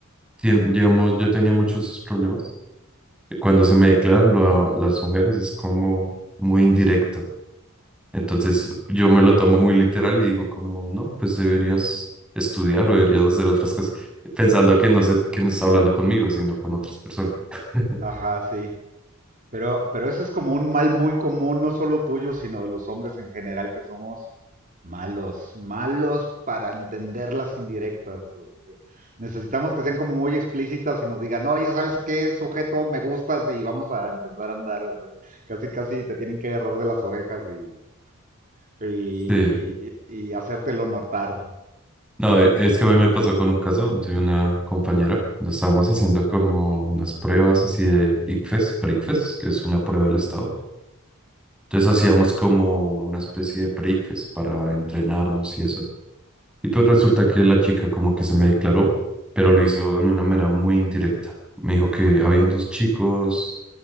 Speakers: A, in the centre; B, on the right.
A: tien- digamos, yo tenía muchos esos problemas. Cuando se me declaran lo- las mujeres es como muy indirecto. Entonces yo me lo tomo muy literal y digo como, no, pues deberías estudiar o deberías hacer otras cosas, pensando que no sé quién está hablando conmigo, sino con otras personas. <laughs>
B: Ajá, sí. Pero, pero eso es como un mal muy común, no solo tuyo, sino de los hombres en general, que somos malos, malos para entender las indirectas. Necesitamos que sean como muy explícitas y nos digan, oye, ¿sabes qué sujeto me gustas? Y vamos a empezar a andar. O sea, casi, casi te tienen que agarrar de las orejas y, y,
A: Sí,
B: y hacértelo notar.
A: no, e- es que a mí me pasó con un caso de una compañera, cuando estábamos haciendo como unas pruebas así de ICFES, pre-ICFES, que es una prueba del estado, Entonces hacíamos como una especie de pre-quiz para entrenarnos y eso. Y pues resulta que la chica como que se me declaró, pero lo hizo de una manera muy indirecta. Me dijo que habían dos chicos